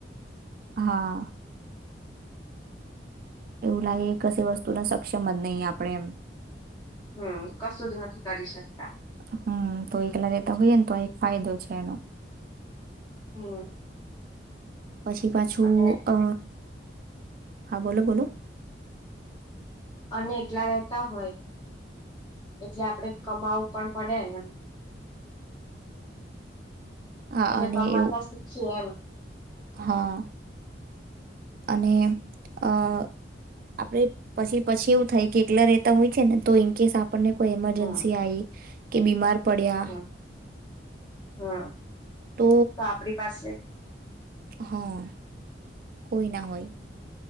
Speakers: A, on the right (about 50°); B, on the left (about 25°).
A: હા એવું લાગે કે કશ વસ્તુ ના સક્ષમ જ નહીં આપણેે એમ
B: હમ કશું જ નથી કરી શકતા
A: હમ તો એકલા રહેેતા હોઈય ને તો એક ફાયદો છે એનો
B: હમ
A: પછી પાછું
B: અને
A: અ હા બોલો બોલો
B: અને એટલા રહેેતા હોય એટલે આપડે કમાવવું પણ પડે એમ
A: હા
B: એટલે
A: અને
B: કમાતા
A: એવું
B: શીખી એમ
A: હા અને અ આપડે પછી પછી એવું થાય કે એકલા રહેેતા હોય છે ને તો ઇનકેસ આપને કોઈ એમરજન્સી
B: હમ
A: આવી કે બીમાર પડ્યા
B: હમ હમ
A: તો
B: આપડી પાસે
A: હા કોઈ ના હોય